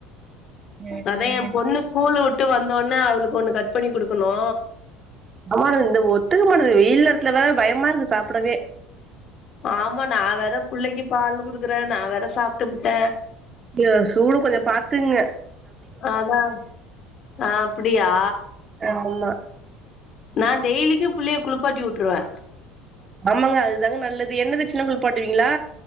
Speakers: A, on the right; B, on the left.
A: ம்.
B: அதா
A: சரிங்க.
B: என் பொண்ணு ஸ்கூல்ல வுட்டு வந்தொன்ன அவளுக்கு ஒண்ணு கட் பண்ணி குடுக்கணு
A: <unintelligible> இந்த ஒத்துக்க மாடுக வெயில் நேரத்துல வேற பயமா இருக்கு சாப்பிடவே
B: ஆமா நா வேற பிள்ளைக்கு பால் குடுக்குற நா வேற சாப்ட்டுபுட்ட
A: யோ சூடு கொஞ்சோ பாத்துக்ங்க
B: அதா ஆ அப்டியா
A: ஆமா
B: நா டெய்லிக்கு புள்ளய குளிப்பாட்டி விட்டுருவ
A: ஆமாங்க அதுதாங்க நல்லது எண்ணெ தேச்செல்லா குளிப்பாட்டுவீங்ளா